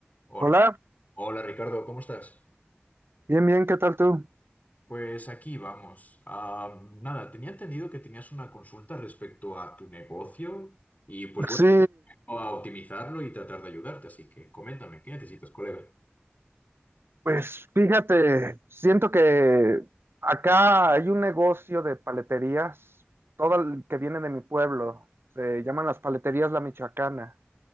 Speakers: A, on the left (about 40°); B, on the right (about 65°).
A: Hola,
B: Hola,
A: hola, Ricardo, ¿cómo estás?
B: bien, bien, ¿qué tal tú?
A: Pues aquí vamos. Ah, nada, tenía entendido que tenías una consulta respecto a tu negocio y pues bueno,
B: Sí,
A: vengo a optimizarlo y tratar de ayudarte, así que coméntame, ¿qué necesitas, colega?
B: pues fíjate, siento que acá hay un negocio de paleterías, todo el que viene de mi pueblo, se llaman las paleterías La Michoacana.